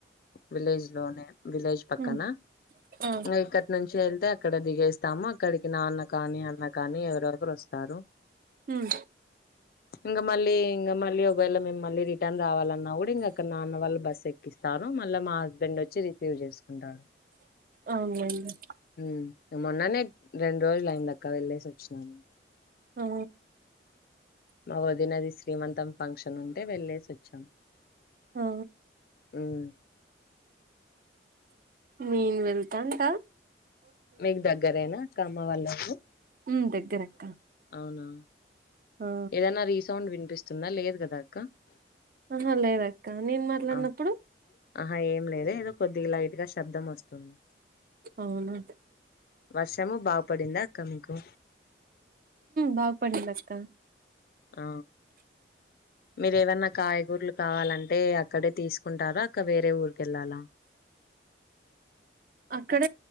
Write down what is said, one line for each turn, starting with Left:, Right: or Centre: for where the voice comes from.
Left: విలేజ్ లోనే విలేజ్ పక్కన
Right: ఉమ్ ఆ
Left: ఇక్కడి నుంచి వెళ్తే అక్కడ దిగేస్తాము అక్కడికి నాన్న అన్నా కానీ ఎవరొకరు వస్తారు
Right: హుమ్
Left: ఇంక మళ్ళీ ఇంక మళ్ళీ ఒకవేళ మేము మళ్ళీ రిటర్న్ రావాలన్నా కూడ ఇంకా నాన్న వాళ్ళు బస్సు ఎక్కిస్తా మళ్ళ మా హస్బెండ్ వచ్చి రిసీవ్ చేసుకుంటారు
Right: అవునండి
Left: ఉమ్ మొన్ననే రెండు రోజులు అయిందక్కా వెళ్లేేసి వచ్చినాము
Right: ఆ
Left: మా వదినది శ్రీమంతం ఫంక్షన్ ఉంటే వెళ్లేేసి వచ్చాం
Right: ఆ
Left: ఉమ్
Right: నేన్ వెళ్తాంట
Left: మీక్ దగ్గరేన కమ్మ వాళ్ళ ఊరు
Right: ఉమ్ దగ్గరక్క
Left: అవునా
Right: ఆ
Left: ఏదనా రీసౌండ్ వినిపిస్తుందా లేదు కదా అక్క
Right: అహా లేదక్క నేన్ మాట్లాడినప్పుడు
Left: ఆ ఆహా ఏం లేదు ఏదో కొద్దిగా లైట్ గా శబ్దం వస్తుంది
Right: అవునా
Left: వర్షం బాగా పడిందా అక్క మీకు
Right: బాగా పడింది అక్క
Left: అ మీరు ఏదన్నా కాయగూరలు కావాలంటే అక్కడే తీసుకుంటారా అక్క వేరే ఊరిక వెళ్ళాలా <unintelligible>
Right: అక్కడ